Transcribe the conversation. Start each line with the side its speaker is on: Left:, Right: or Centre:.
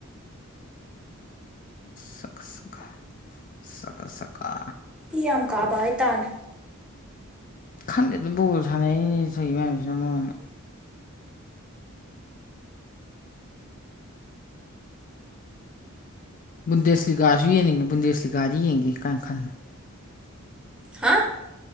Left: ꯁꯛ ꯁꯛꯀꯥ ꯁꯀꯥ ꯁꯀꯥ
Centre: ꯏ ꯌꯥꯝ ꯀꯥꯕ ꯍꯥꯏꯇꯥꯔꯦ
Left: ꯈꯪꯗꯦꯗ ꯕꯣꯜ ꯁꯥꯅꯩꯅꯤ ꯇꯧꯏ ꯃꯌꯥꯝꯖꯤꯅ ꯃꯔꯣꯟꯃ ꯕꯨꯟꯗꯦꯁꯂꯤꯒꯥꯥꯖꯨ ꯌꯦꯡꯅꯤꯡꯉꯦ ꯕꯨꯟꯗꯦꯁꯂꯤꯒꯥꯥꯗꯤ ꯌꯦꯡꯒꯦ ꯀꯥꯏ ꯈꯟꯕꯅꯦ
Centre: ꯍꯥ